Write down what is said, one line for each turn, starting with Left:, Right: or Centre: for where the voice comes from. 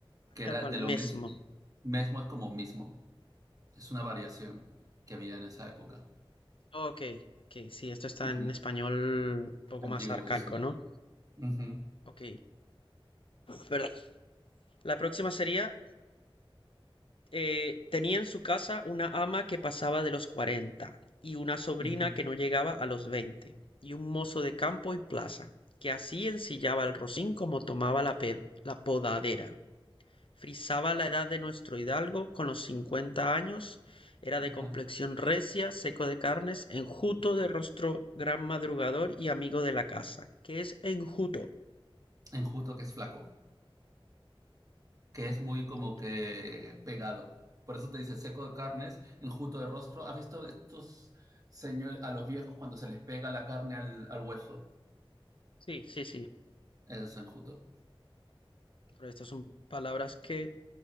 Right: que
Left: tal
Right: era
Left: cual,
Right: de
Left: mesmo.
Right: lo mismo. Mesmo es como mismo, es una variación que había en esa época.
Left: Ok, ok, sí, esto está
Right: Ujú.
Left: en español un poco
Right: Antiguo,
Left: más arcaico,
Right: sí.
Left: ¿no?
Right: Ujú,
Left: Ok, perdón. La próxima sería, eh, tenía en su casa una ama que pasaba de los 40 y una sobrina
Right: ujú,
Left: que no llegaba a los 20 y un mozo de campo y plaza que así ensillaba el rocín como tomaba la, pe- la podadera. Frisaba la edad de nuestro hidalgo con los cincuenta años, era de
Right: ajá.
Left: complexión recia, seco de carnes, enjuto de rostro, gran madrugador y amigo de la casa. ¿Qué es enjuto?
Right: Enjuto, que es flaco. que es muy como
Left: Ok.
Right: que pegado. Por eso te dice seco de carnes, enjuto de rostro. ¿Has visto estos señores, a los viejos cuando se les pega la carne al, al hueso?
Left: Sí, sí, sí,
Right: Eso es enjuto.
Left: pero estas son palabras que